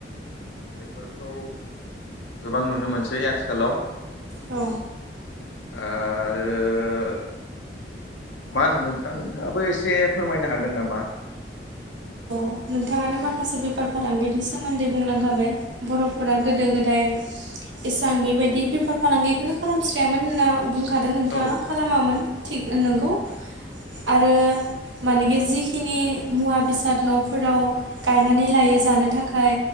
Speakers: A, on the left (about 80°); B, on the right (about 80°).
A: बेफोरखौ गोबां नुनो मोनसै आथिखालाव
B: औ
A: आरो मा होनो नोंथां नोंथाङाबो एसे फोरमायनो हागोन नामा
B: नोंथाङा
A: दे
B: माखासे बेफार फालांगिनि सोमोन्दै बुंलांखाबाय बर'फोरा गोदो गोदाय एसां बेबायदि बेफार फालांगिखौनो खालामस्रायामोन होनना बुंखादों नोंथाङा
A: औ
B: खालामामोन थिग नंगौ आरो फोराव गायनानै लायो जानो थाखाय